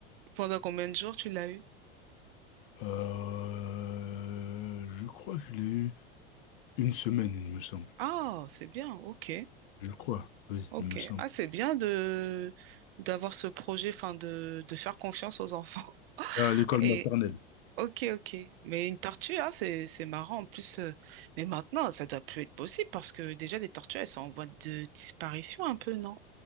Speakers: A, on the right; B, on the left.
A: Pendant combien de jours tu l'as eu?
B: Euh, je crois que je l'ai eu une semaine, il me semble.
A: Ah, c'est bien, ok,
B: Je crois, oui,
A: ok.
B: il me semble.
A: Ah, c'est bien de d'avoir ce projet, enfin de, de faire confiance aux enfants. <laughs>
B: À l'école
A: Et
B: maternelle.
A: ok, ok. Mais une tortue, ah, c'est c'est marrant. En plus, euh, mais maintenant, ça doit plus être possible parce que déjà les tortues, elles sont en voie de disparition un peu, non?